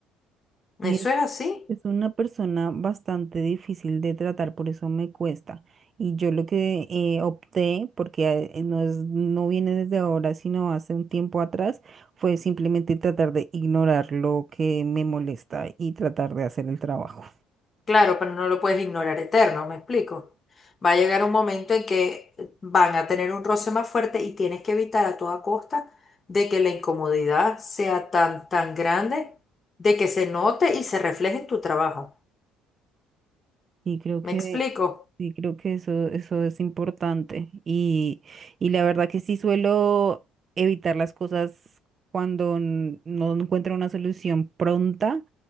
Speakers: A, on the left (about 35°); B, on the right (about 40°).
A: Eso
B: Sí, es
A: es así,
B: es una persona bastante difícil de tratar, por eso me cuesta. Y yo lo que eh, opté, porque eh, eh, no es, no viene desde ahora, sino hace un tiempo atrás, fue simplemente tratar de ignorar lo que me molesta y tratar de hacer el trabajo.
A: claro, pero no lo puedes ignorar eterno, ¿me explico? Va a llegar un momento en que van a tener un roce más fuerte y tienes que evitar a toda costa de que la incomodidad sea tan, tan grande, de que se note y se refleje en tu trabajo.
B: Y creo
A: ¿Me
B: que,
A: explico?
B: y creo que eso, eso es importante. Y, y la verdad que sí suelo evitar las cosas cuando n- no encuentro una solución pronta